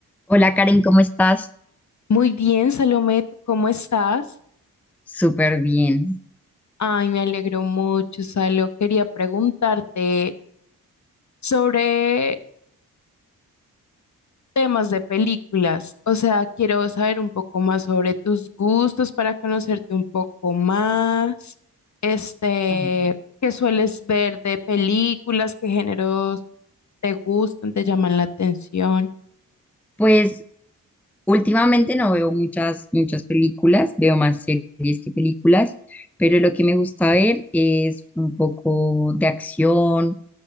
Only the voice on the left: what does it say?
Muy bien, Salomé, ¿tú ¿cómo estás?
Ay, me alegro mucho, Salo. Quería preguntarte sobre temas de películas. O sea, quiero saber un poco más sobre tus gustos para conocerte un poco más. Este,
¿qué sueles ver de películas? ¿Qué géneros te gustan, te llaman la atención?